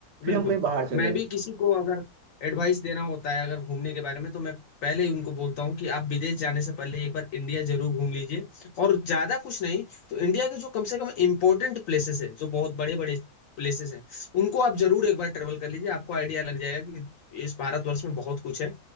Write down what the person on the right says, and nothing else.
फिर
हम कहीं बाहर चले